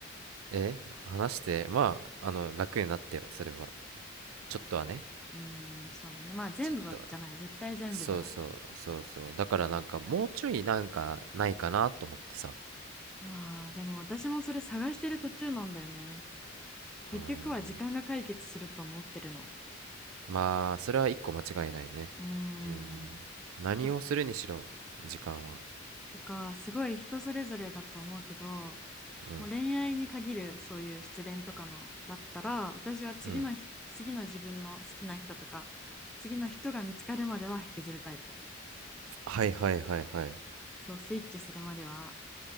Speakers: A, on the right (about 85°); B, in the centre.
A: え話してまああの楽になってよそれはちょっとはね
B: うーん、そうだね。まあ全部じゃない。
A: ちょっとは
B: 絶対全部じゃない。
A: そうそうそうそうだからなんかもうちょいなんかないかなと思ってさ
B: うわあ、でも私もそれ探してる途中なんだよね。結局は時間が解決すると思ってるの。
A: うんまあそれは一個間違いないね
B: うーん。
A: うん何をするにしろ時間は
B: と、とか、すごい人それぞれだと思うけど、
A: うん
B: もう恋愛に限るそういう失恋とかのだったら、私は次のひ、
A: うん
B: 次の自分の好きな人とか、次の人が見つかるまでは引きずるタイプ。
A: はいはいはいはい
B: そう、スイッチするまでは